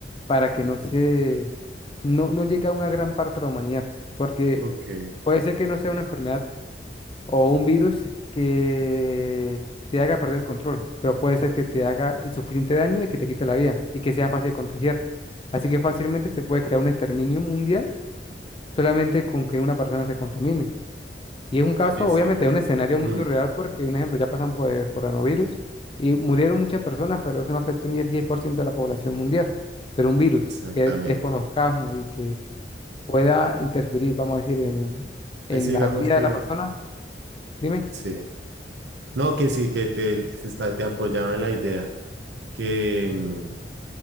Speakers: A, on the left; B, on the right.
A: para que no se, no, no llegue a una gran parte de la humanidad, porque
B: Ok. Eh,
A: puede ser que no sea una enfermedad o un virus que te haga perder el control, pero puede ser que te haga el suficiente daño y que te quite la vida y que sea fácil de contagiar. Así que fácilmente se puede crear un exterminio mundial solamente con que una persona se contamine. Y es un caso,
B: Exacto.
A: obviamente, un escenario muy
B: Mm,
A: surreal porque, un ejemplo, ya pasan por el coronavirus y murieron muchas personas, pero eso no afectó ni el 10% de la población mundial. Pero un virus
B: exactamente.
A: que desconozcamos y que pueda interferir, vamos a decir, en, en
B: Así digamos
A: la vida
B: que
A: de la persona, dime.
B: sí. No, que sí, que te, se está, te apoyaba en la idea que, mm,